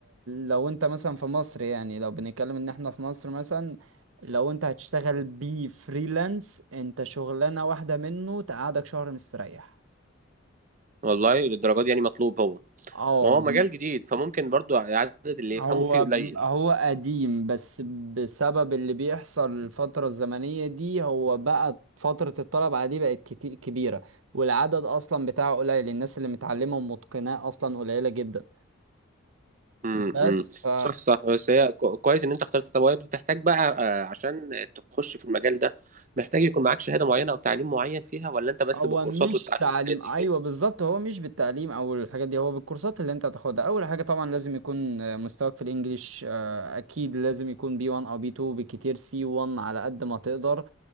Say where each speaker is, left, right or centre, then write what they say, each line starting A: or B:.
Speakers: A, on the right (about 75°); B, on the right (about 40°).
A: لو انت مثلا في مصر يعني لو بنتكلم ان احنا في مصر مثلا لو انت هتشتغل بيه فريلانس انت شغلانة واحدة منه تقعدك شهر مستريح
B: والله للدرجه دي يعني مطلوب هو
A: اه
B: وهو
A: ب-
B: مجال جديد فممكن برضو عدد اللي يفهموا
A: هو
B: فيه قليل
A: ب- هو قديم بس بسبب اللي بيحصل الفترة الزمنية دي هو بقى فترة الطلب عليه بقت كتير كبيرة والعدد اصلا بتاعه قليل الناس اللي متعلمة ومتقناه اصلا قليلة جدا
B: امم
A: بس ف
B: صح صح بس هي كو- كويس ان انت اخترت طب وهي بتحتاج بقى آه، عشان تخش في المجال ده محتاج يكون معاك شهادة معينة او تعليم معين فيها ولا انت بس
A: هو
B: بالكورسات
A: مش
B: والتعلم
A: تعليم
B: الذاتي
A: ايوه بالظبط هو مش بالتعليم او الحاجات دي هو بالكورسات اللي انت هتاخدها اول حاجه طبعا لازم يكون آه، مستواك في الانجليش آه، اكيد لازم يكون بي 1 او بي 2 بكتير سي 1 على قد ما تقدر